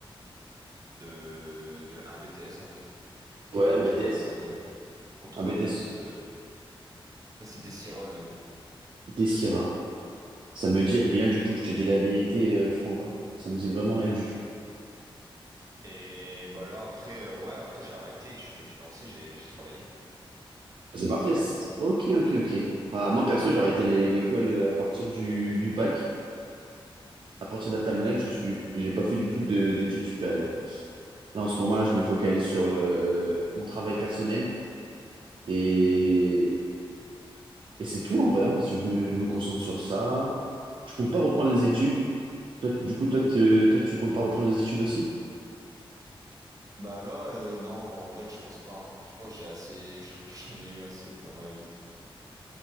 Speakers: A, on the right; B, on the right.
A: de, de un BTS en fait, dans
B: Ouais,
A: le contrôle
B: un BTS.
A: euh, contrôle.
B: Un BTS.
A: euh, ah, c'est Desira le nom. Peut-être
B: Des
A: ça
B: Ça
A: te-
B: me dit rien du tout. Je te dis la vérité, euh, Frangin. Ça me dit vraiment rien du tout.
A: Et bah là après, euh, ouais, après j'ai arrêté, je me suis lancé, j'ai j'ai travaillé.
B: Ah, C'est parfait. c'est- Ok, ok, ok. Bah, moi, perso, j'ai arrêté
A: Toi,
B: l'é- l'école euh, à partir du, du bac. À partir de la terminale,
A: Ouais.
B: je suis, j'ai pas fait du tout de- d'études supérieures. Là, en ce moment-là, je me focalise sur euh, mon travail personnel et, et c'est tout en vrai. hein. Je me, je me concentre sur ça. Je compte pas reprendre les études. Toi, du coup, toi, te- toi, tu comptes pas reprendre les études aussi?
A: Bah là, euh, non, en vrai, je pense pas. hein. Je pense que j'ai assez, <laughs> j'en ai eu assez dans ma vie.